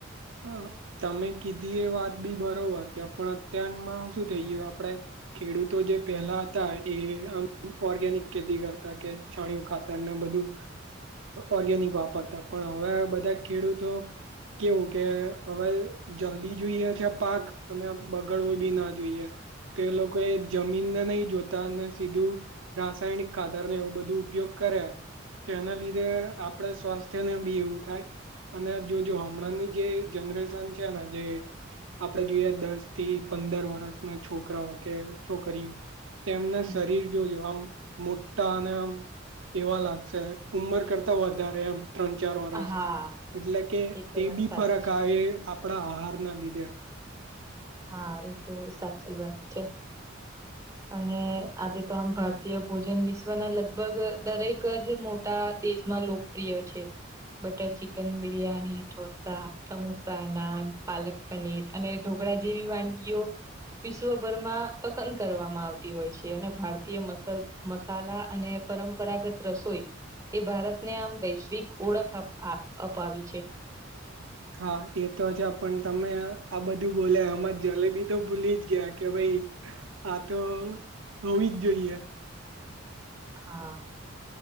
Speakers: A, on the right; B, on the right.
A: હા તમે કીધી એ વાત બી બરોબર કે પણ અત્યારમાં શું થઈ ગયું આપડે ખેડૂતો જે પેલા હતા એ આમ ઓર્ગેનિક ખેતી કરતા કે છાણીયું ખાતાને બધું. ઓર્ગેનિક વાપરતા પણ હવે બધા ખેડૂતો કે હવે જલ્દી જોઈએ છે પાક અને બગડવો બી ના જોઈએ. તો એ લોકો એ જમીનને નહી જોતા અને સીધું. રાસાયણિક કાતરને એવું બધું ઉપયોગ કરે. તો એના લીધે આપને સ્વાસ્થ્યને બી એવું થાય અને જો જો હમણાં ની. જે જનરેશન છે ને જે. આપડણે જોઈએ દસ થી પંદર વર્ષના છોકરાઓ કે છોકરીઓ. તેમના
B: હમ.
A: શરીર જો જો આમ. મોટા અને એમ એવા લાગશે ઉંમર કરતા વધારે ત્રણ ચાર વરષ
B: હા
A: એટલે કે
B: તો
A: એ
B: વાત
A: બી
B: સાચી
A: ફરક
B: છે
A: આવે આપણા આહાર ના લીધે.
B: હા એ તો સાચી વાત છે. અને આજે તો આમ ભારતીય ભોજન વિશ્વના લગભગ દરેક જ મોટા દેશમાં લોક પ્રિય છે બટર ચિકન બિરિયાની ઢોસા સમોસા નાન પાલક પનીર અને ઢોકળા જેવી વાનગીઓ વિશ્વભરમાં પસંદ કરવામાં આવતી હોય છે અને ભારતીય મસાલ મસાલા અને પરંપરાગત રસોઈ એ ભારતને આમ વૈશ્વિક ઓળખ અપાવી છે
A: હા એ તો છે પણ તમે આ બધું બોલે આમમાં જલેબી તો ભૂલી જ ગયા કે ભાઈ આ તો હોવી જ જોઈએ
B: હા